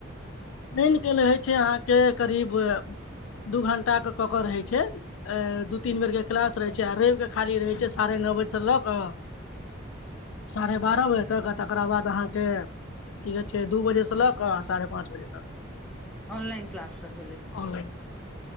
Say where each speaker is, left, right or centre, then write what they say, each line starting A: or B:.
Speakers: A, on the left; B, in the centre.
A: लेल होइ छै अहाँ। <unintelligible> के करीब दू घं्टा के ककर रहै छै। <unintelligible> अ दू तीन बेर के क्लास रहे छै आ रवििक। खाली रहै छै साढ़े नओ बजे से लऽ कऽ। <unintelligible> साढ़े बारह बजे। <unintelligible> तकरा बाद अहाँके की- कहै छै- दू बजेसँ लग। क साढ़े पाँच बजे तक। <unintelligible>
B: Online class. <unintelligible> त भेलले। <unintelligible>
A: ऑनलाइन